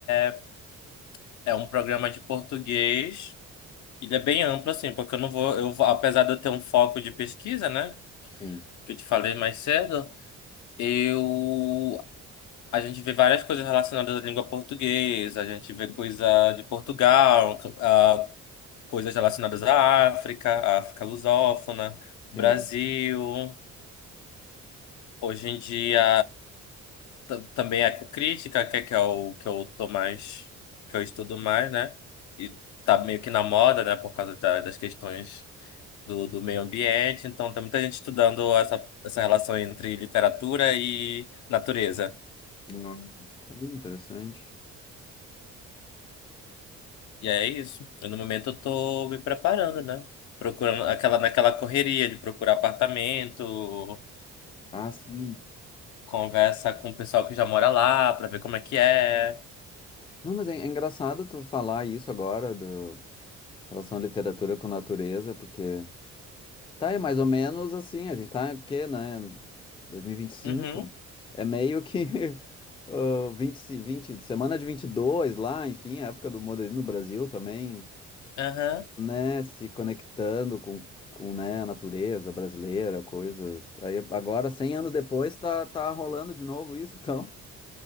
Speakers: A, on the left; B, on the left.
A: é é um programa de português. Ele é bem amplo, assim, porque eu não vou, eu, vou- apesar de eu ter um foco de pesquisa, né?
B: Sim,
A: Que eu te falei mais cedo, eu, a gente vê várias coisas relacionadas à língua portuguesa, a gente vê coisa de Portugal, ah, coisas relacionadas à África, à África lusófona,
B: sim.
A: Brasil. Hoje em dia tam- também ecocrítica que é, que é o que eu tô mais, que eu estudo mais, né? E tá meio que na moda, né? Por causa da- das questões do, do meio ambiente. Então tem muita gente estudando essa, essa relação entre literatura e natureza.
B: Hum, é interessante.
A: E é isso. Eu, no momento eu tô me preparando, né? Procurando aquela, naquela correria de procurar apartamento,
B: Ah, sim.
A: conversa com o pessoal que já mora lá pra ver como é que é.
B: Não, mas é, é engraçado tu falar isso agora, do em relação à literatura com natureza, porque tá aí mais ou menos assim, a gente tá o quê, né? dois mil e vinte e cinco
A: Uhum.
B: É meio que <laughs> ah, vinte 20, 20, semana de 22 lá, enfim, a época do modernismo no Brasil também.
A: Aham.
B: né, se conectando com, com, né, a natureza brasileira, coisas. Aí agora, 100 anos depois, tá, tá rolando de novo isso, então.